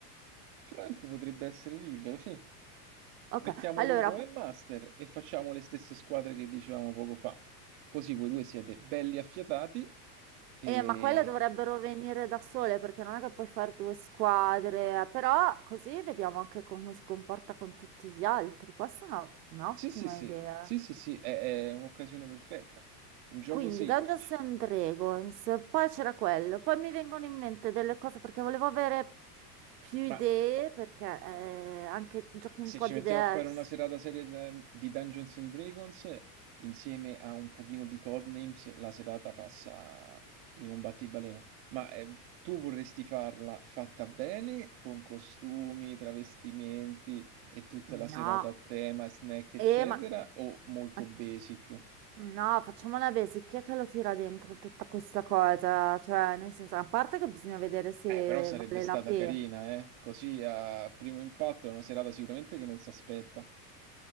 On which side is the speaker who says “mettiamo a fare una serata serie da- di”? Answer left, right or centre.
Right